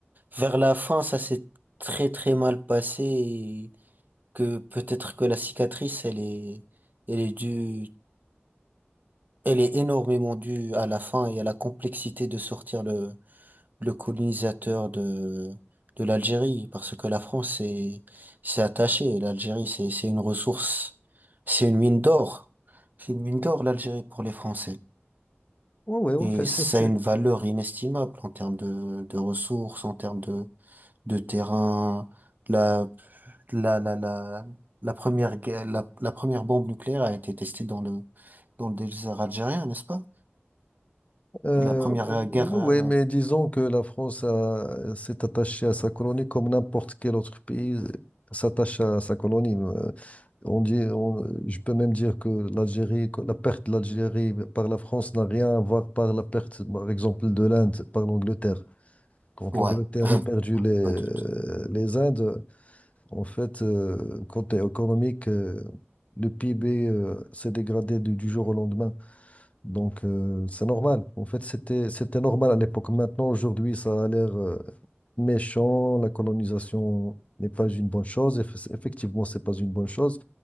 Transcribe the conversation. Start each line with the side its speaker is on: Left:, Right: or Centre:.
Right: vers la fin, ça s'est très très mal passé et que peut-être que la cicatrice, elle est, elle est due, elle est énormément due à la fin et à la complexité de sortir le, le colonisateur de, de l'Algérie, parce que la France s'est, s'est attachée. L'Algérie, c'est, c'est une ressource, c'est une mine d'or. C'est une mine d'or, l'Algérie, pour les Français.
Left: Oui, ouais, ouais,
Right: Et
Left: en fait, c'est,
Right: ça
Left: c'est-
Right: a une valeur inestimable en termes de, de ressources, en termes de, de terrain. La, la, la, la, la première, guerre- la, la première bombe nucléaire a été testée dans le, dans le désert algérien, n'est-ce pas?
Left: euh,
Right: La première
Left: ouais,
Right: euh, guerre, euh,
Left: ouais, mais disons que la France a- s'est attachée à sa colonie comme n'importe quel autre pays s'attache à sa colonie. Euh, On dit, on- je peux même dire que l'Algérie, que la perte de l'Algérie par la France n'a rien à voir par la perte, par exemple, de l'Inde, par l'Angleterre. Quand
Right: ouais,
Left: l'Angleterre a perdu
Right: ouais,
Left: les,
Right: pas du tout.
Left: les Indes, en fait, euh, côté économique, euh, le PIB euh, s'est dégradé du, du jour au lendemain. Donc, euh, c'est normal. En fait, c'était, c'était normal à l'époque. Maintenant, aujourd'hui, ça a l'air euh, méchant. La colonisation n'est pas une bonne chose. Eff- Effectivement, c'est pas une bonne chose.